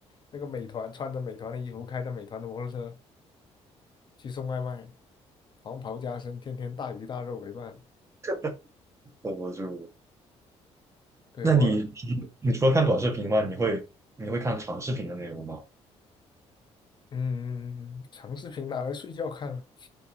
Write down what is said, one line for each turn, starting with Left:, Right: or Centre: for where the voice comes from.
Left: 那个美团，穿着美团的衣服，开着美团的摩托车去送外卖，黄袍加身，天天大鱼大肉为伴。
Right: 这绷不住。
Left: 对我，
Right: 那你你除了看短视频吗？你会你会看长视频的内容吗？
Left: 嗯，长视频拿来睡觉看了，